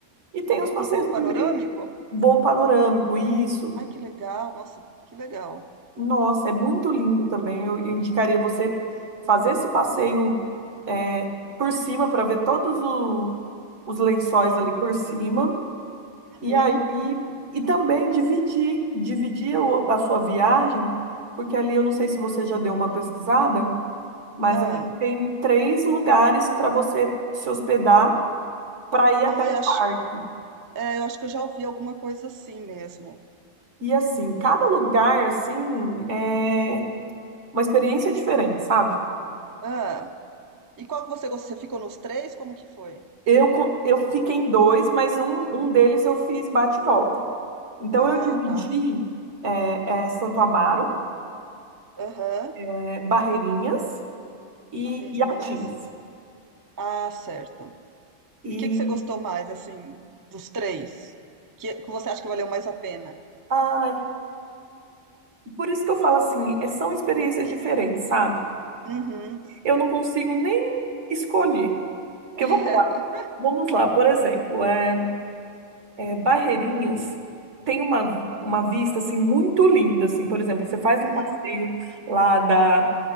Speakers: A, on the right; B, on the right.
A: E tem
B: tipo
A: os passeios
B: um voo
A: também,
B: panorâmico?
A: voo panorâmico, isso.
B: Ai, que legal, nossa, que legal.
A: Nossa, é muito lindo também. Eu eu indicaria você fazer esse passeio é, por cima para ver todos o- os lençóis
B: Hum,
A: ali por cima. E
B: uhum.
A: aí e também dividir, dividir o- a sua viagem, porque ali eu não sei se você já deu uma pesquisada, mas
B: Ah,
A: ali tem três lugares para você se hospedar para ir até
B: ah,
A: o
B: eu acho,
A: parque.
B: é, eu acho que eu já ouvi alguma coisa assim mesmo.
A: E assim, cada
B: E,
A: lugar assim é uma experiência diferente, sabe?
B: ah, e qual que você gostou? Você ficou nos três? Como que foi?
A: Eu, co- eu fiquei em dois, mas um, um deles eu fiz bate e volta. Então
B: Ah,
A: eu dividi
B: tá.
A: é, é, Santo Amaro,
B: Aham,
A: é, Barreirinhas e,
B: Barreirinhas.
A: e Atins.
B: Ah, certo.
A: E
B: E o que que você gostou mais, assim, dos três? Que, que você acha que valeu mais a pena?
A: ai, por isso que eu falo assim, é- são experiências diferentes, sabe?
B: Uhum.
A: Eu não consigo nem escolher. Porque
B: <laughs>
A: vamos lá, vamos lá, por exemplo, é, é, Barreirinhas tem uma, uma vista assim muito linda, assim, por exemplo, você faz
B: Uhum.
A: um passeio lá da